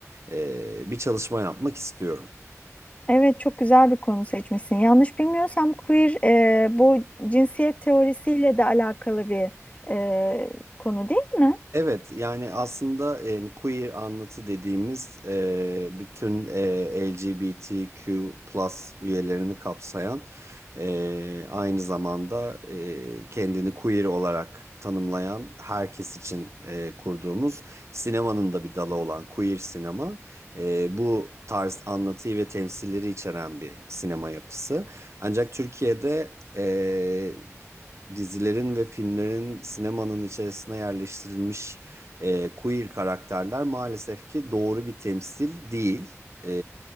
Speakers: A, on the right (about 60°); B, on the left (about 25°).
A: e, bir çalışma yapmak istiyorum.
B: Evet çok güzel bir konu seçmişsin. Yanlış bilmiyorsam queer e, bu cinsiyet teorisiyle de alakalı bir e, konu değil mi?
A: Evet yani aslında e, queer anlatı dediğimiz e, bütün e, LGBTQ üyelerini kapsayan e, aynı zamanda e, kendini queer olarak tanımlayan herkes için e, kurduğumuz sinemanın da bir dalı olan queer sinema e, bu tarz anlatıyı ve temsilleri içeren bir sinema yapısı. Ancak Türkiye'de e, dizilerin ve filmlerin sinemanın içerisine yerleştirilmiş e, queer karakterler maalesef ki doğru bir temsil değil. E,